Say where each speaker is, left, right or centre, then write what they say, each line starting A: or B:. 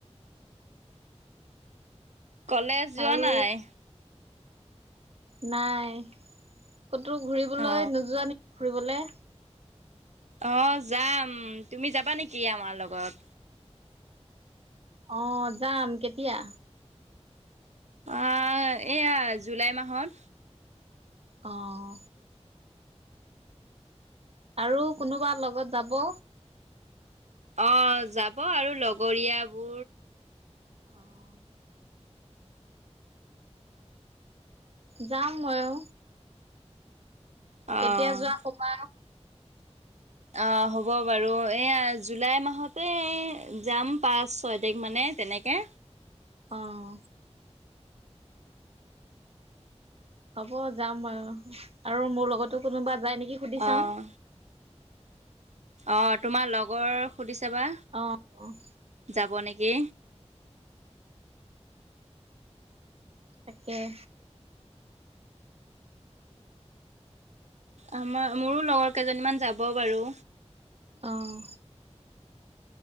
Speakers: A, on the right; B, on the right.
A: কলেজ যোৱা
B: আৰু
A: নাই।
B: নাই ক'তো ঘুৰিবলৈ
A: অ
B: নোযোৱা নেকি ঘুৰিবলে?
A: অ', যাম, তুমি যাবা নেকি আমাৰ লগত?
B: অ', যাম। কেতিয়া?
A: অ', এইয়া জুলাই মাহত।
B: অহ। আৰু কোনোবা লগত যাব?
A: অ', যাব আৰু। লগৰীয়া বোৰ।
B: অহ। যাম ময়ো।
A: অ'।
B: কেতিয়া যোৱা কবা।
A: অ', হ'ব বাৰু। এইয়া জুলাই মাহতে যাম পাঁচ ছয় তাৰিখ মানে। তেনেকে।
B: অহ। হ'ব যাম আৰু। মোৰ লগতো কোনোবা যায় নেকি সুধি
A: অহ।
B: চাম
A: অ', তোমাৰ লগৰ সুধি চাবা।
B: অ', অহ।
A: যাব নেকি?
B: তাকেই।
A: আমাৰ, মোৰো লগৰ কেইজনীমান যাব বাৰু।
B: অহ।